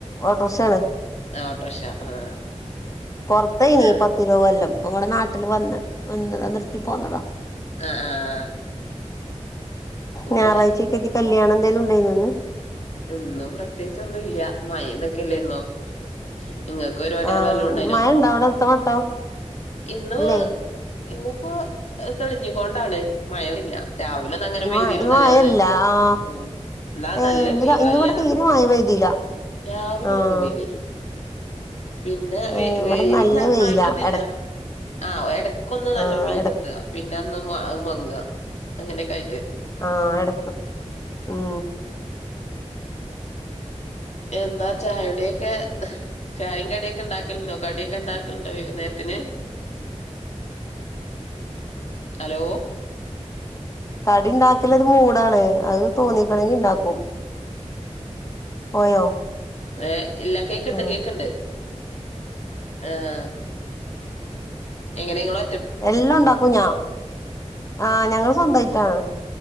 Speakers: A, on the left; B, on the left.
A: ഓട്ടോറിക്ഷയാണ്
B: ഓട്ടോറിക്ഷ ആഹ്
A: പൊറത്തായ്ന്
B: ആഹ്
A: പത്തിരുപത് കൊല്ലം ഇപ്പ ഇവിടെ നാട്ടില് വന്ന് വന്നതാ നിർത്തി പോന്നതാ
B: ആഹ് ആഹ് അങ്ങനെ
A: ഞായറാഴ്ചയ ക്കെതി കല്യാണം എന്തേലും ഉണ്ടായിന്ന് അന്ന്
B: എന്നും പ്രത്യേകിച്ച് ഒന്നും ഇല്ല്യ മഴന്തൊക്കെയല്ലാരുന്നോ നിങ്ങൾക്ക് പരിപാടികള്
A: ആ
B: വല്ലോണ്ടായിനോ
A: മഴ ഇണ്ടോ അവിടെ അടുത്ത വട്ടം
B: ഇന്ന്
A: ഇല്ലേ
B: ഇന്നിപ്പോ തെളിഞ്ഞു പോണ്ടാണ് മഴയൂമില്ല രാവിലെ ന്നങ്ങനെ
A: ഇന്ന്
B: വെയ്തിന്
A: മഴ ഇന്ന്
B: നല്ലാതെ
A: മഴല്ല ആ
B: മം എന്നാ
A: ഏ
B: നല്ല
A: ഇന്ന്
B: വെ നൂലാ
A: ഇന്ന് ഇവിടെ തീരെ മഴ പെയ്തില്ല
B: രാവിലെ
A: ആഹ്
B: ഒന്നു പെയ്തീന് പിന്നെ വ
A: ഏഹ് ഇവിടെ
B: വെയില്
A: നല്ല
B: തരന്നായിട്ടൊന്നില്ല
A: വെയിലാ എടക്ക്
B: ആഹ ഇടയ്ക്കൊന്ന് നല്ല
A: ആഹ്
B: വെയിലിട്ട്ക
A: എട
B: പിന്നെ അന്ന് മങ്‌ക അങ്ങനെക്കെ ആയിട്ട്
A: ആഹ് എടക്ക് ഉം
B: എന്താ ചായടിയൊക്കെ ചായിം കടിയൊക്കെ ഇണ്ടാക്കല്ണ്ടോ കടിയൊക്കെ ഇണ്ടാക്കല്ണ്ടോ വൈകുന്നേരത്തിന് അലോ
A: കടി ഉണ്ടാക്കലൊരു മൂടാണ് അത് തോന്നിക്ക്ണെങ്കി ണ്ടാക്കും പോയോ
B: ഏ ഇല്ല കേക്ക്ണ്ട്
A: ആഹ്
B: കേക്ക്ണ്ട് ആഹ് എങ്ങനെ ഇങ്ങള
A: എല്ലാം ഉണ്ടാക്കും ഞാ ആഹ് ഞങ്ങള് സ്വന്തായിട്ടാണ്